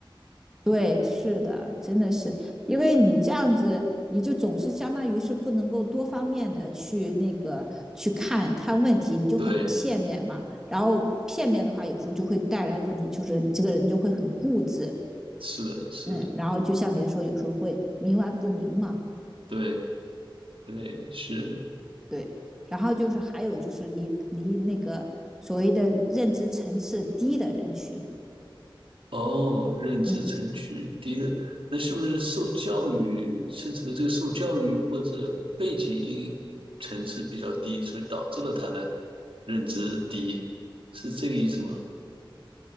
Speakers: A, in the centre; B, on the right.
A: 对，是的，真的是，因为你这样子，你就总是相当于是不能够多方面的去那个去看看问题，你就很片面嘛。
B: 对，
A: 然后片面的话，有时候就会带来问题，就是你这个人就会很固执，
B: 是的，是的，
A: 嗯，然后就像别人说，有时候会冥顽不灵嘛，
B: 对，对，是。
A: 对。然后就是还有就是离离那个所谓的认知层次低的人群，
B: 哦，认知层级低的，
A: 嗯，
B: 那是不是受教育是指的这个受教育或者背景层次比较低，所以导致了他的认知低，是这个意思吗？